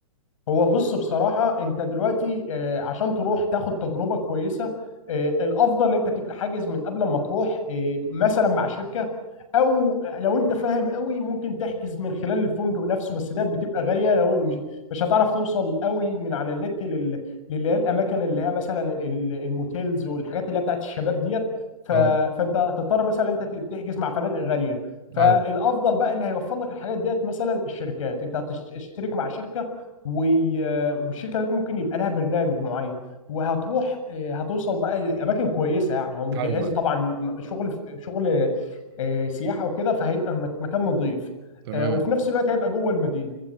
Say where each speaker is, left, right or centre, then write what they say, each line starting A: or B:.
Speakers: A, on the left; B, on the right.
A: هو بص بصراحة انت دلوقتي آه، عشان تروح تاخد تجربة كويسة آه، الافضل ان انت تبقى حاجز من قبل ما تروح آه، مثلا مع شركة او لو انت فاهم قوي ممكن تحجز من خلال الفندق نفسه بس ده بتبقى غالية لو مش مش هتعرف توصل قوي من على النت لل- للي هي الاماكن اللي هي مثلا ال- الموتيلز والحاجات اللي هي بتاعت الشباب ديت ف-
B: اه
A: فانت هتضطر مثلا انت تحجز مع فنادق غالية فالافضل
B: ايوه
A: بقى اللي هيوفر لك الحاجات ديت مثلا الشركات انت هتشترك مع شركة و- والشركه ديت ممكن يبقى لها برنامج معين وهتروح آه، هتوصل بقى اماكن كويسه يعني هو متجهزه
B: ايوه ايوه
A: طبعا شغل شغل آه، سياحه وكده فهيبقى مك- مكان نظيف
B: تمام
A: آه، وفي نفس الوقت هيبقى جوه المدينه